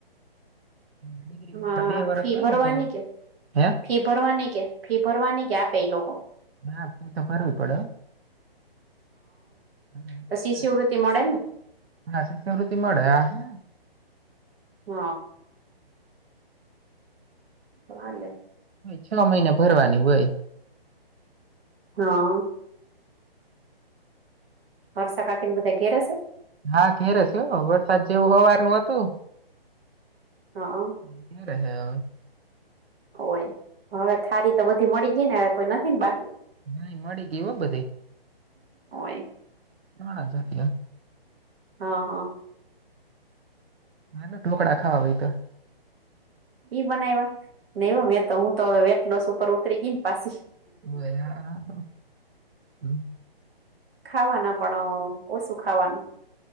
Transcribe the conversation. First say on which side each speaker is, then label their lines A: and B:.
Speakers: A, on the right; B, on the right.
A: ડિગ્રીમાં
B: હા
A: તો બે વર્ષ
B: ફી
A: હોય
B: ભરવાની
A: ને તો,
B: કે
A: હે.
B: ફી ભરવાની કે ફી ભરવાની કે, આપે એ લોક.
A: ના ફી તો ભરવી પડે. હા,
B: તો શિષ્યવૃત્તિ
A: <unintelligible>
B: મળે ને
A: શિષ્યવૃતિ મળે હા.
B: હ. તો હાલે
A: છ મહિને ભરવાની હોય.
B: હા. હર્ષા કાકી ને બધા ઘેરે સે.
A: હા ઘેરે છે, વરસાદ જેવું હવારનું હતું.
B: હા.
A: <unintelligible>
B: હોય, હવે થાળી તો બધી મળી ગઈ ને હવે કોઈ નથી ને બાકી.
A: નહી મળી ગયું બ.
B: <unintelligible>
A: <unintelligible>
B: હ, હ.
A: હાલો ઢોકળા ખાવા હોય તો.
B: ઈ બનાવવા, <unintelligible> મે તો હું તો વેટલોસ ઉપર ઉતરી ગઈ ને પાછી.
A: હવે હા હમ
B: ખાવાના પણ ઓછું ખાવાનું.